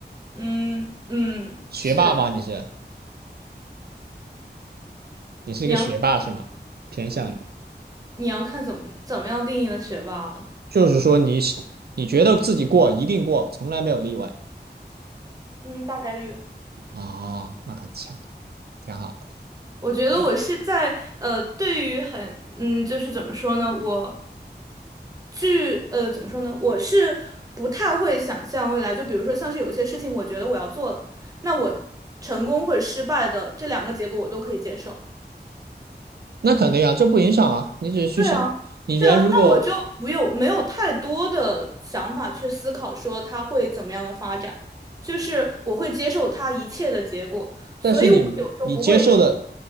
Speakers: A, on the right; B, on the right.
A: 嗯嗯，
B: 学霸吧，
A: 是，
B: 你是？你是一个学霸是吗？
A: 你要
B: 偏向于，
A: 你要看怎么怎么样定义的学霸了。
B: 就是说你你觉得自己过一定过，从来没有例外
A: 嗯，大概率。
B: 啊、哦那很强，挺好。
A: 我觉得我是在呃，
B: 对，
A: 对于很嗯，就是怎么说呢，我据呃怎么说呢，我是不太会想象未来，就比如说像是有些事情，我觉得我要做了，那我成功或者失败的这两个结果我都可以接受。
B: 那肯定啊，这不影响啊，你只是去想，
A: 对啊，
B: 你人如果，
A: 对啊，那我就不有没有太多的想法去思考说它会怎么样的发展，就是我会接受它一切的结果，所以我有时候不会，
B: 但是你你接受的